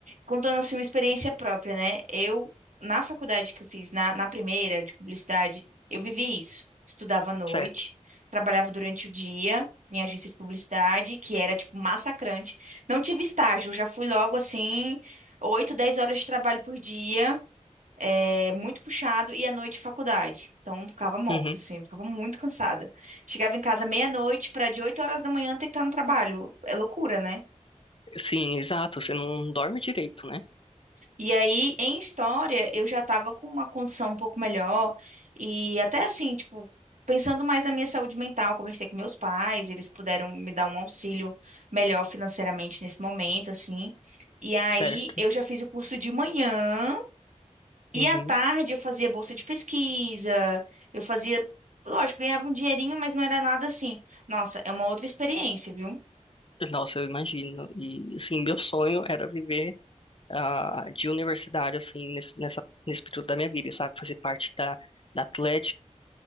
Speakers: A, on the right (about 85°); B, on the left (about 45°).
A: contando assim uma experiência própria, né? Eu, na faculdade que eu fiz, na, na primeira de publicidade, eu vivi isso. Estudava à noite,
B: certo?
A: trabalhava durante o dia em agência de publicidade, que era tipo massacrante. Não tive estágio, já fui logo assim, 8 10 horas de trabalho por dia, é muito puxado, e à noite faculdade. Então ficava morta,
B: Uhum.
A: assim, ficava muito cansada. Chegava em casa meia-noite para de 8 horas da manhã ter que estar no trabalho. É loucura, né?
B: Sim, exato. Você não dorme direito, né?
A: E aí, em história, eu já estava com uma condição um pouco melhor. E até assim, tipo, pensando mais na minha saúde mental, conversei com meus pais, eles puderam me dar um auxílio melhor financeiramente nesse momento, assim. E aí,
B: Certo.
A: eu já fiz o curso de manhã. E
B: Uhum.
A: à tarde, eu fazia bolsa de pesquisa. Eu fazia, lógico, ganhava um dinheirinho, mas não era nada assim. Nossa, é uma outra experiência, viu?
B: Nossa, eu imagino. E, assim, meu sonho era viver ah, de universidade, assim, nesse, nessa, nesse período da minha vida, sabe? Fazer parte da, da atlética,